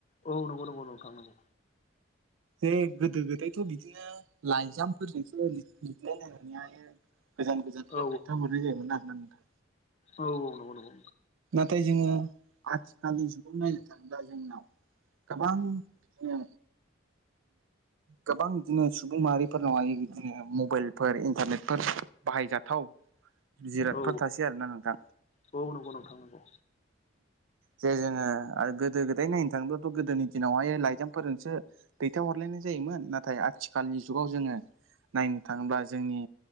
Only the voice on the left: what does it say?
औ नंगौ नंगौ नोंथां नंगौ।
औ
औ औ नंगौ नंगौ
औ
औ नंगौ नोंथां नंगौ